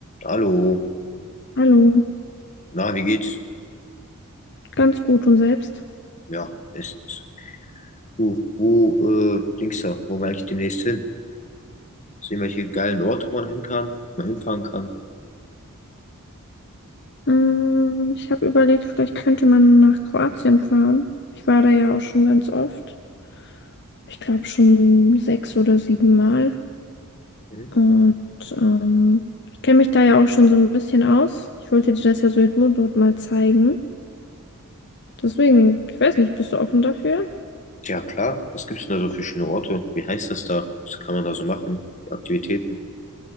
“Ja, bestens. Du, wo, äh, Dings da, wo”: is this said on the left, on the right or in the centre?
Left